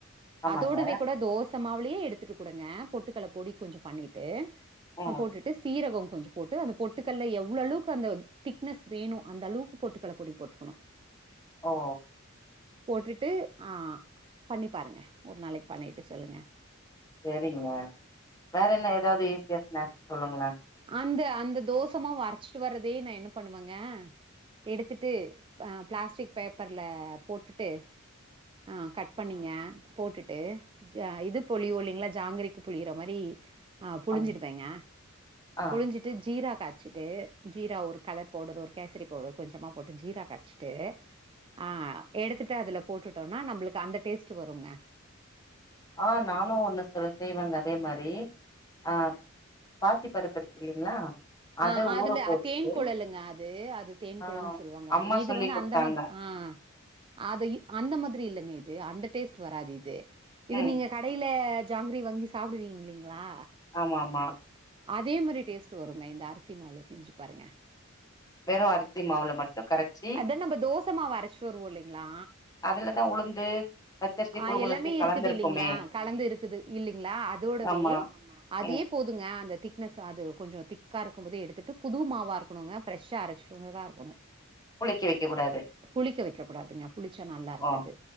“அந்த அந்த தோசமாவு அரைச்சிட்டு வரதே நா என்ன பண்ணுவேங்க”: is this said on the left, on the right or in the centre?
Right